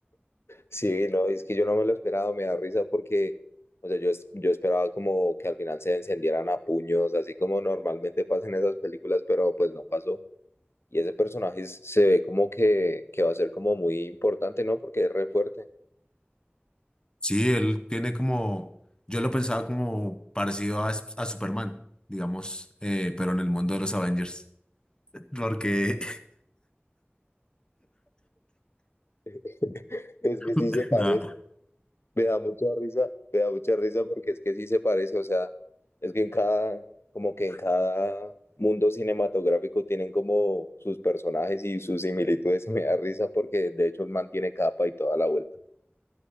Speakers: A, on the left; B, on the left.
A: Sí, no, es que yo no me lo esperaba, me da risa porque, o sea, yo, es- yo esperaba como que al final se encendieran a puños, así como normalmente pasa en esas películas, pero pues no pasó. Y ese personaje es- se ve como que, que va a ser como muy importante, ¿no? Porque es re fuerte.
B: Sí, él tiene como, yo lo pensaba como parecido a, a Superman, digamos, eh, pero en el mundo de los Avengers. Porque,
A: <laughs> Es que sí
B: <laughs>
A: se parece.
B: nada.
A: Me da mucha risa, me da mucha risa porque es que sí se parece, o sea, es que en cada, como que en cada mundo cinematográfico tienen como sus personajes y sus similitudes y me da risa porque de hecho el man tiene capa y toda la vuelta.